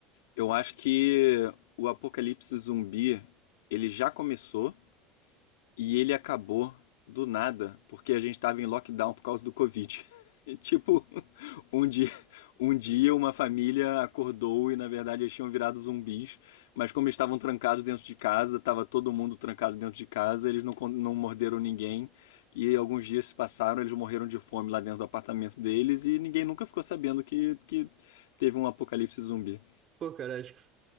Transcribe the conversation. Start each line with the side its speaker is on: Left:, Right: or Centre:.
Left: Eu acho que o apocalipse zumbi, ele já começou E ele acabou do nada, porque a gente estava em lockdown por causa do Covid. <laughs> E, Tipo, um dia, um dia uma família acordou e na verdade eles tinham virado zumbis, mas como eles estavam trancados dentro de casa, estava todo mundo trancado dentro de casa, eles não, con- não morderam ninguém. E alguns dias se passaram, eles morreram de fome lá dentro do apartamento deles e ninguém nunca ficou sabendo que, que teve um apocalipse zumbi.
Right: Pô, cara, acho que